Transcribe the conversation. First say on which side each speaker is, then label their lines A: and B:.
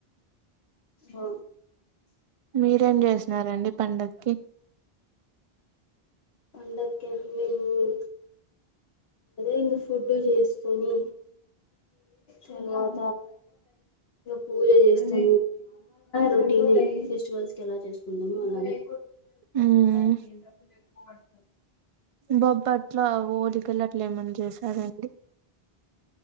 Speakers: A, on the left; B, on the right.
A: ఆ.
B: మీరేం జేసినారండి పండాక్కి?
A: పండగ్కి ఏం లెవ్వు. ఇంగ ఫుడ్ జేసుకొని, తర్వాత పూజ జేస్తా, రొటీన్ ఫెస్టివల్స్ కెలా జేసుకుంటామో అలా. <inaudible>
B: ఉమ్మ్.
A: ఏ పండక్కి ఎక్కువ <inaudible>
B: బొబ్బట్ల, ఓలికలు అట్లా ఏమన్నా చేసారండి.